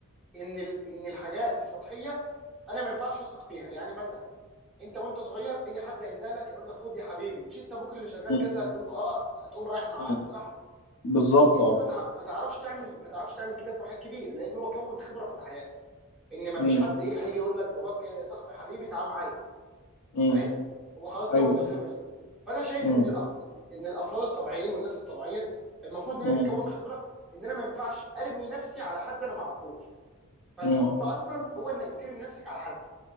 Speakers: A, in the centre; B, on the left (about 80°).
A: ان ال- ان الحاجات السطحيه انا ما ينفعش اثق فيها يعني مثلا انت وانت صغير اي حد هينده لك يقول لك خد يا حبيبي مش انت ابوك اللي شغال
B: مم.
A: كذا هتقول له اه هتقوم رايح معاه
B: مم.
A: صح
B: بالظبط
A: انت
B: اه
A: ما تع- ما تعرفش تعمل ما تعرفش تعمل كده في واحد كبير لان هو كون خبره في الحياه ان ما
B: مم.
A: فيش حد ايه هيجي يقول لك باباك آه، صاحبي حبيبي تعال معايا
B: مم.
A: فاهم هو خلاص كون
B: ايوه
A: الخبره دي فانا شايف
B: مم.
A: ان الأف... ان الافراد الطبيعيين والناس الطبيعيه المفروض ان هي
B: مم.
A: بتكون خبره ان انا ما ينفعش ارمي نفسي على حد انا ما اعرفوش فالحب
B: مم.
A: اصلا هو انك بترمي نفسك على حد